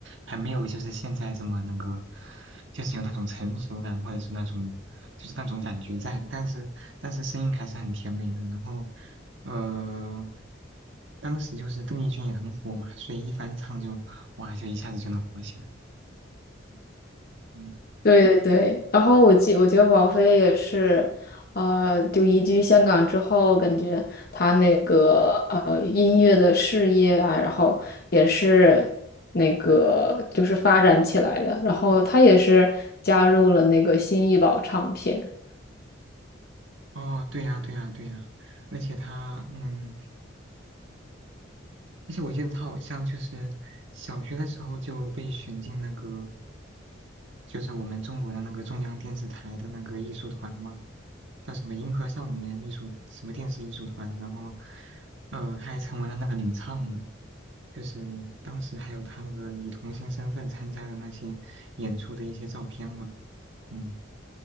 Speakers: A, on the right (about 70°); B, on the left (about 50°).
A: 还没有就是现在这么那个，就是有那种成熟感或者是那种就是那种感觉在，但是但是声音还是很甜美的。然后，呃，当时就是邓丽君也很火嘛，所以一翻唱就哇就一下子就能火起来。嗯。
B: 对对对，然后我记，我觉得王菲也是，啊，就移居香港之后，感觉她那个呃音乐的事业啊，然后也是那个就是发展起来的，然后她也是加入了那个新艺宝唱片。
A: 哦，对呀，对呀，对呀，而且他，嗯，而且我记得他好像就是小学的时候就被选进那个，就是我们中国的那个中央电视台的那个艺术团嘛，叫什么银河少年艺术什么电视艺术团，然后，呃，他还成为了那个领唱呢，就是当时还有他那个以童星身份参加的那些演出的一些照片嘛，嗯。